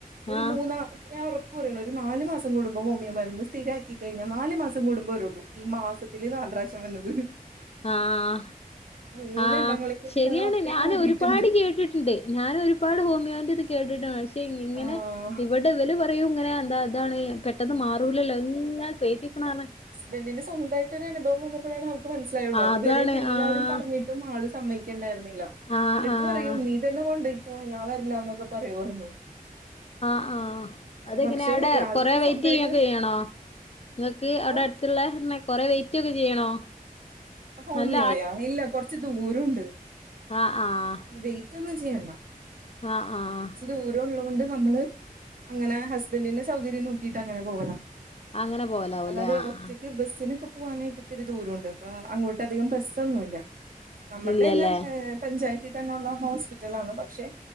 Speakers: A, on the right; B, on the left.
A: ഒരു
B: ആഹ്
A: മൂന്നാ ഞാൻ ഒറപ്പ് പറയണു ഒരു നാല് മാസം കൂടുമ്പൊ ഹോമിയോ മരുന്ന് സ്ഥിരാക്കി കഴിഞ്ഞ നാല് മാസം കൂടുമ്പോ വരുള്ളു ഈ മാസത്തില് നാല് പ്രാവശ്യം വന്നത്
B: ആഹ്
A: മൂന്നെണ്ണങ്ങളെ
B: ആഹ്
A: കൊണ്ട്
B: ശരിയാണ്
A: ഞങ്ങൾ അത്രയും
B: ഞാനൊരുപാട്
A: ഓടിയിട്ടുണ്ട്
B: കേട്ടിട്ടിണ്ട് ഞാനൊരു പാട് ഹോമിയോന്റിത് കേട്ടിട്ടാണ് ക്ഷെ ഇങ്ങനെ
A: ആഹ്
B: ഇവിടെ ഇവല് പറയും ഇങ്ങനെ എന്താ ഇതാണ് പെ ട്ടെന്ന് മാറൂലല്ലോ ഇങ്ങനെ കേട്ടീക്കണ കാരണം
A: ബെന്റിന് സ്വന്തായിട്ടൊരു അനുഭവം വന്നപ്പഴാണ് അവൾക്ക് മനസ്സിലായുള്ളു
B: അതാണ്
A: അത് വരെയും എല്ലാരും
B: ആഹ്
A: പറഞ്ഞി ട്ടും അവള് സമ്മയ്ക്കെണ്ടായിരുന്നില്ല
B: ആഹ്
A: എന്റെടുത്ത്
B: ആഹ്
A: പറയും നീ തന്നെ കൊണ്ടോയ്ക്കോ ഞാൻ വരില്ലാന്നൊക്കെ പറയും <unintelligible>
B: ആഹ് ആഹ് അതെങ്ങനേ
A: പക്ഷെ
B: അവിടെ
A: ഇയാൾക്ക്
B: കൊറെ വെയിറ്റ്
A: സ്വന്തായിട്ട്
B: ചെയ്യൊക്കെ ചെയ്യണോ നിങ്ങക്ക് അവിടടു
A: ഓ
B: ത്തിള്ളെ <unintelligible> കൊറെ വെയിറ്റ് ഒക്കെ ചെയ്യണോ
A: ഹോമിയോയാ
B: നല്ല
A: ഇല്ല കൊറച്ച് ദൂരുണ്ട്
B: അഹ് ആഹ്
A: വെയിറ്റ് ഒന്നും ചെയ്യണ്ട
B: അഹ് ആഹ്
A: ദൂരോള്ളോണ്ട് നമ്മള് അങ്ങനെ ഹസ്ബൻഡിന്റെ സൗകര്യം നോക്കിയിട്ടങ്ങനെ പോകലാ
B: അങ്ങനെ പോവലാവൂല്ലേ
A: അല്ലാതെ
B: ആഹ്
A: ഒറ്റ
B: ആഹ്
A: ക്ക് ബസ്സിനൊക്കെ പോവാനായിട്ട് ഇത്തിരി ദൂരോണ്ട് അപ്പ അങ്ങോട്ട് അധികം ബസ്സൊന്നുല്ല നമ്മൾടെ
B: ഇല്ലല്ലേ
A: തന്നെ ഏഹ് പഞ്ചായത്തിതന്നെ ഒള്ള ഹോസ്പിറ്റലാണ് പക്ഷെ